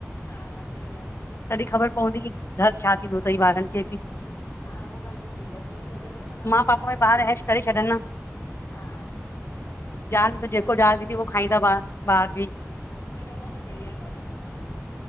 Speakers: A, on the left; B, on the left.
A: हा सई आहे न
B: तॾहिं ख़बर पवंदी की घर छा थींदो
A: हा
B: अथई ॿारनि खे बि
A: हा उहो ॻाल्हि सही आहे जीअ जीअं अरि वधंदासीं
B: माउ
A: पोइ
B: पापा
A: असांख
B: में
A: बि
B: ॿार
A: थोर हूंदो
B: ऐश करे छॾनि न
A: हा
B: ज़ाल त जेको
A: न
B: ज़ाल ॾींदी उहो खाईंदा ॿार ॿार बि
A: सुठो थो न बढ़िया <unintelligible>